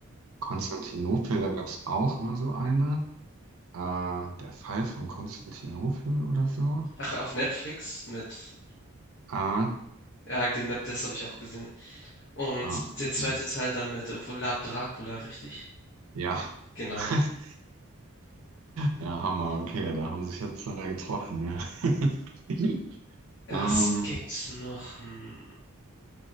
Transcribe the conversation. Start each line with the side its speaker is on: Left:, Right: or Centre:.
Right: Konstantinopel? Da gab es auch mal so eine. Äh, der Fall von Konstantinopel oder so.
Left: Ach, auf Netflix mit,
Right: Äh, ah,
Left: ja, den, das habe ich auch gesehen. Und
Right: okay.
Left: der zweite Teil dann mit äh, Vlad Dracula, richtig?
Right: ja.
Left: Genau.
Right: <laughs> Ja, Hammer, okay, da haben sich jetzt zwei getroffen, ja. <laughs>
Left: Was
Right: Ähm,
Left: gibt's noch? Hm.